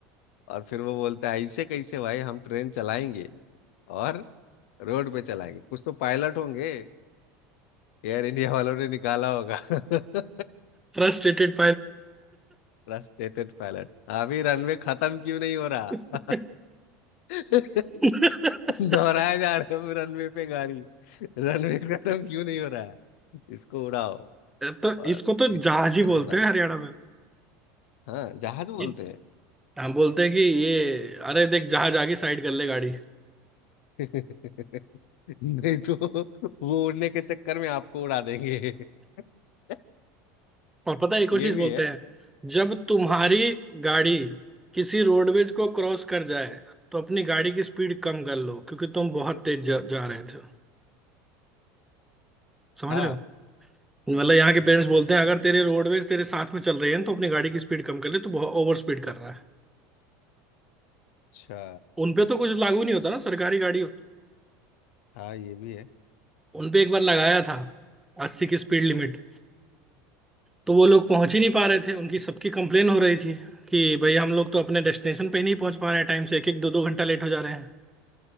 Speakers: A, on the left; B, in the centre.
A: और फिर वो बोलता है ऐसे कैसे भाई हम ट्रेन चलाएंगे और रोड पे चलाएंगे कुछ तो पायलट होंगे एयर इंडिया वालों ने निकाला होगा <laughs>
B: Frustrated
A: फ्रस्ट्रेटेड पायलट अभी रनवे खत्म क्यों नहीं हो रहा
B: pilot
A: <laughs>
B: <laughs>
A: दोहराया जा रहा है रनवे पे गाड़ी रनवे खत्म क्यों नहीं हो रहा है इसको उड़ाओ
B: तो
A: और
B: इसको तो
A: इसी
B: जहाज
A: चक्कर
B: ही
A: में
B: बोलते
A: उड़ाते
B: हैं हरियाणा में
A: हाँ जहाज बोलते
B: ये
A: हैं
B: हम बोलते हैं कि ये अरे देख जहाज आगे साइड कर ले गाड़ी
A: <laughs> नहीं तो वो उड़ने के चक्कर में आपको उड़ा देंगे <laughs>
B: और पता है एक और
A: ये
B: चीज
A: भी
B: बोलते
A: है
B: हैं जब तुम्हारी गाड़ी किसी रोडवेज को क्रॉस कर जाए तो अपनी गाड़ी की स्पीड कम कर लो क्योंकि तुम बहुत तेज जा, जा रहे थे समझ
A: हाँ
B: रहे हो मतलब यहाँ के पेरेंट्स बोलते हैं अगर तेरे रोडवेज तेरे साथ में चल रही है तो अपनी गाड़ी की स्पीड कम कर ले तो बहुत ओवर स्पीड कर रहा है
A: अच्छा
B: उनपे तो कुछ लागू नहीं होता ना सरकारी गाड़ी
A: हाँ ये भी है
B: उनपे एक बार लगाया था अस्सी की स्पीड लिमिट तो वो लोग पहुंच ही नहीं पा रहे थे उनकी सबकी कंप्लेन हो रही थी कि भाई हम लोग तो अपने डेस्टिनेशन पे ही नहीं पहुंच पा रहे हैं टाइम से एक एक दो दो घंटा लेट हो जा रहे हैं